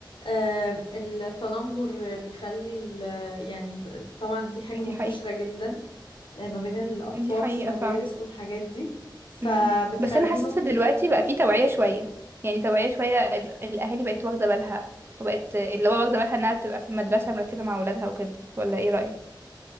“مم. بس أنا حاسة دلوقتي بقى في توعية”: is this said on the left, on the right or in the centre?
Right